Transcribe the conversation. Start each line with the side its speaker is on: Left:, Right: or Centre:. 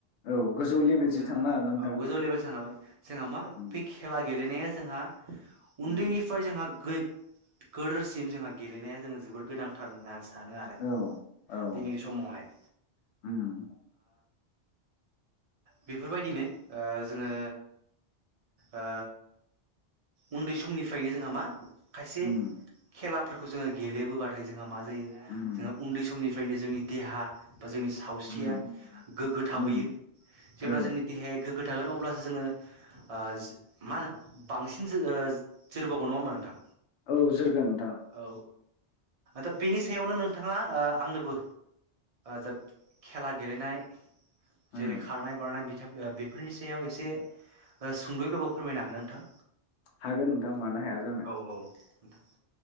Left: औ गोजौ लेभेलसो
Right: औ जोङो
Left: थांनो हागोन
Right: औ
Left: नोंथां
Right: गोजौ लेभेल जानो हाबाय जोंहा मा
Left: उम
Right: बे खेला गेलेनाया जोंहा उन्दैनि
Left: उम
Right: जोंहा गो गोदोरसिम जोंहा गेलेनाया जोङो जोबोद गोनांथार होननानै आं सा सानो आरो
Left: औ औ
Right: दिनैनि समावहाय
Left: उम
Right: बेफोरबायदिनो ओ जोङो ओ उन्दै समनि फैयो जोंहा मा खायसे
Left: उम
Right: खेलाफोरखौ जोङो गेलेबोाथाय जों मा ज
Left: उम
Right: जों उन्दै समनि फ्रायनो जोंनि देहा बा जोंनि सावस्रिया
Left: उम
Right: गोग्गो थाबोयो
Left: उम
Right: जेब्ला
Left: औ
Right: जोंनि देहाया गोग्गो खो थागोन अब्लासो जोङो आ मानो बांसिन ओ <unintelligible> नङा हमबा नोंथां
Left: औ जोरगोन नोंथां
Right: औ दा बेनि सायावनो नोंथाङा ओ आंनोबो जों खेला गेलेनाय जेरै
Left: उम
Right: खारनाय बारनाय बेफोरनि सायाव एसे सुंदयैब्लाबो फोरमायनो हागोन ना नोंथां
Left: हागोन नोंथां मानो हाया जानो
Right: औ औ नोंथां